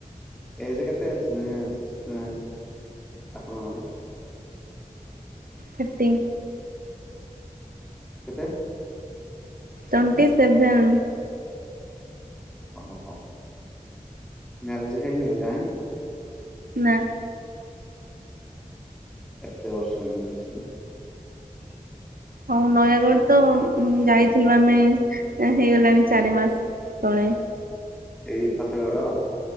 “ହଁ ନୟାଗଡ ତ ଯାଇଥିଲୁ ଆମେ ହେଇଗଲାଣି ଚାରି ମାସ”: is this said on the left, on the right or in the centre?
Right